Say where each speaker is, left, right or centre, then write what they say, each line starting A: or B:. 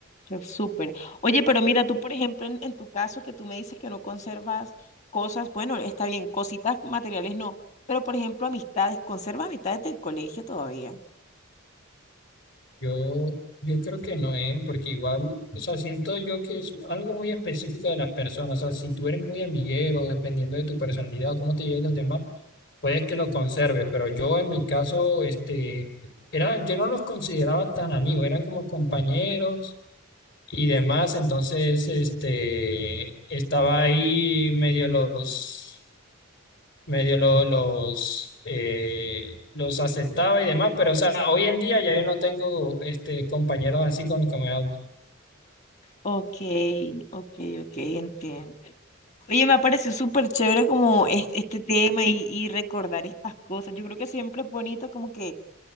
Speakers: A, on the left; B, on the left.
A: Fue súper. Oye, pero mira, tú, por ejemplo, en, en tu caso que tú me dices que no conservas cosas, bueno, está bien, cositas materiales no, pero por ejemplo, amistades, ¿conservas amistades del colegio todavía?
B: Yo, yo creo que no es, porque igual, o sea, siento yo que es algo muy específico de las personas. O sea, si tú eres muy amiguero, dependiendo de tu personalidad o cómo te lleven los demás, puedes que lo conserves. Pero yo en mi caso, este, era, yo no los consideraba tan amigos, eran como compañeros y demás. Entonces, este, estaba ahí medio los medio lo- los, eh, los aceptaba y demás, pero o sea, hoy en día ya yo no tengo este, compañeros así con los que me hablo.
A: Ok, ok, ok, entiendo. Oye, me ha parecido súper chévere como es- este, tema y, y recordar estas cosas. Yo creo que siempre es bonito como que